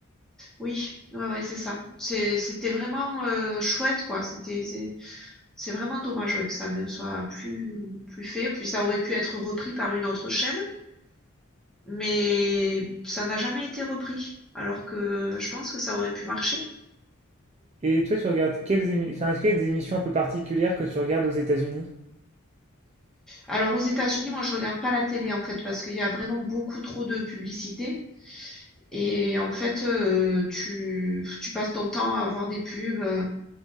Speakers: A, in the centre; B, on the right (about 30°).
A: Oui. Ouais, ouais, c'est ça. C'est, c'était vraiment euh, chouette, quoi. C'était, c'est, c'est vraiment dommage, ouais, que ça ne soit plus, plus fait. Puis ça aurait pu être repris par une autre chaîne, mais ça n'a jamais été repris. Alors que je pense que ça aurait pu marcher.
B: Et toi, tu regardes quelles émi- enfin, est-ce qu'il y a des émissions un peu particulières que tu regardes aux États-Unis?
A: Alors aux États-Unis, moi je regarde pas la télé en fait parce qu'il y a vraiment beaucoup trop de publicité et en fait euh, tu, tu passes ton temps à voir des pubs, euh,